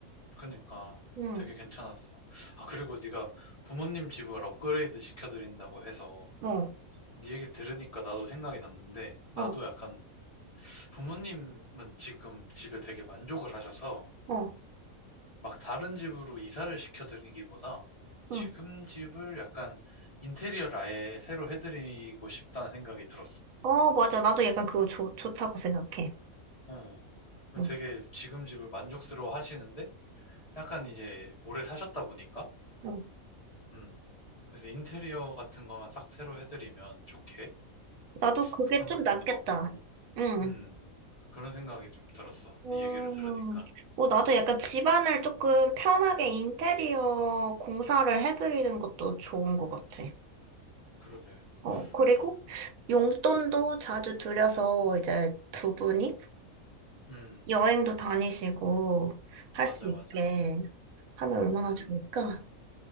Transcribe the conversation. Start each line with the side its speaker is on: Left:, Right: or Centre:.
Left: 그니까
Right: 응,
Left: 되게 괜찮았어. 아, 그리고 네가 부모님 집을 업그레이드 시켜드린다고 해서
Right: 어,
Left: 네 얘기를 들으니까 나도 생각이 났는데 나도
Right: 어,
Left: 약간 부모님은 지금 집에 되게 만족을 하셔서
Right: 어,
Left: 막 다른 집으로 이사를 시켜드리기보다 지금
Right: 응.
Left: 집을 약간 인테리어를 아예 새로 해드리고 싶다는 생각이 들었어.
Right: 어, 맞아. 나도 약간 그거 좋, 좋다고 생각해.
Left: 어.
Right: 응,
Left: 되게 지금 집을 만족스러워 하시는데 약간 이제 오래 사셨다 보니까
Right: 응.
Left: 음. 그래서 인테리어 같은 거만 싹 새로 해드리면 좋게?
Right: 나도 그게
Left: 그러면
Right: 좀 낫겠다.
Left: 또, 음,
Right: 응.
Left: 음, 그런 생각이 좀 들었어.
Right: 음,
Left: 네 얘기를 들으니까.
Right: 어, 나도 약간 집안을 조금 편하게 인테리어 공사를 해드리는 것도 좋은 것 같아.
Left: 그러게.
Right: 어, 그리고
Left: 또,
Right: 용돈도 자주 들여서 이제 두 분이
Left: 음,
Right: 여행도 다니시고 할
Left: 맞아,
Right: 수 있게
Left: 맞아.
Right: 하면 얼마나
Left: 음,
Right: 좋을까?